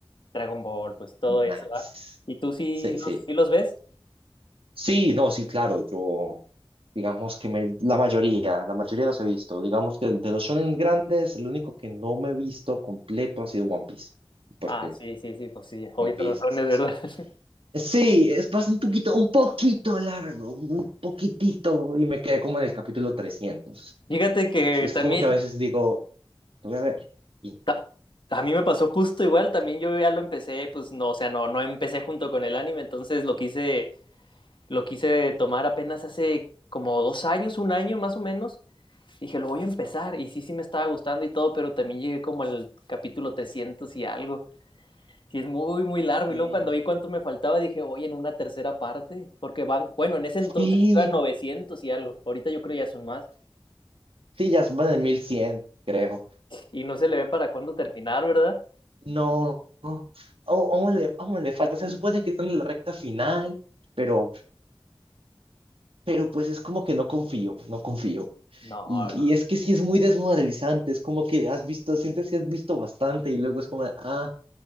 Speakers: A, on the left (about 60°); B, on the right (about 75°).
A: Dragon Ball, pues todo
B: nice.
A: eso, ¿va? ¿Y tú sí
B: Sí,
A: los,
B: sí.
A: sí los ves?
B: Sí, no, sí, claro, yo digamos que me, la mayoría, la mayoría los he visto. Digamos que de los shonen grandes, el único que no me he visto completo ha sido One Piece, porque
A: Ah, sí, sí, sí, pues sí, obvias
B: One Piece
A: razones,
B: es-
A: ¿verdad?
B: es-
A: <laughs>
B: Sí, es bastante un poquito, un poquito largo, un poquitito, y me quedé como en el capítulo 300.
A: Fíjate que
B: Y es
A: también
B: como que a veces digo, lo voy a ver. Y,
A: ta- a mí me pasó justo igual, también yo ya lo empecé, pues no, o sea, no, no empecé junto con el anime, entonces lo quise, lo quise tomar apenas hace como dos años, un año más o menos. Dije, lo voy a empezar. Y sí, sí me estaba gustando y todo, pero también llegué como al capítulo 300 y algo. Y es muy, muy largo.
B: eh,
A: Y luego cuando vi cuánto me faltaba, dije, oye, en una tercera parte. Porque van, bueno, en ese
B: sí,
A: entonces iban 900 y algo. Ahorita yo creo ya son más.
B: sí, ya van en 1100, creo.
A: Y no se le ve para cuándo terminar, ¿verdad?
B: No, no. aún, aún le, aún le falta. Se supone que están en la recta final, pero, pero pues es como que no confío, no confío.
A: No,
B: Y, y
A: no.
B: es que sí es muy desmoralizante, es como que has visto, sientes que has visto bastante y luego es como, de, ah,